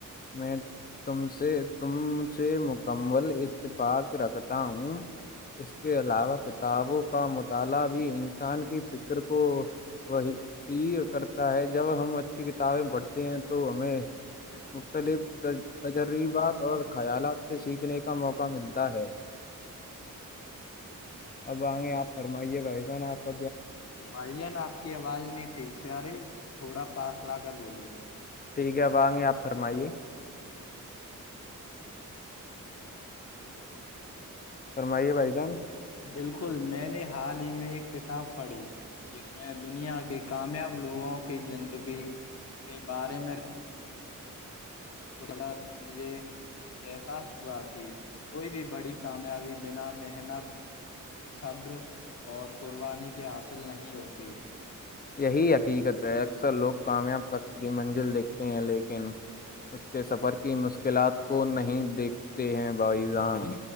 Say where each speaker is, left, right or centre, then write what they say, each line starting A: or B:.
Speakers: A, on the left; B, on the left.
A: میں تم سے تم سے مکمل اتفاق رکھتا ہوں اس کے علاوہ کتابوں کا مطالعہ بھی انسان کی فکر کو وہی یہ کرتا ہے جب ہم اچ کی کتابیں پڑھتے ہیں تو ہمیں مختلف تجربات اور خیالات سے سیکھنے کا موقع ملتا ہے اب آئ گے آپ فرمائیے بھائی پ
B: بھائی جان آپ کی آواز نہیں ٹھیک سے رے تھوڑا پاس لاکھ کر بولی ہے
A: ٹھیک ہے وہاں گے آپ فرمائیے فرمائیے بھائی جان
B: بالکل میں نے حال ہی میں ایک کتاب پڑھی جس میں دنیا کے کامیاب لوگوں کی زندگی کے بارے میں اسر مجھے احساس ہوا کہ کوئی بھی بڑی کامیابی بنا محنت صبر اور قربانی کے حاصل نہیں ہوتی
A: یہی حقیقت ہے اکثر لوگ کامیاب سخت کی منزل دیکھتے ہیں لیکن اس کے سفر کی مشکلات کو نہیں دیکھتے ہیں بائی جان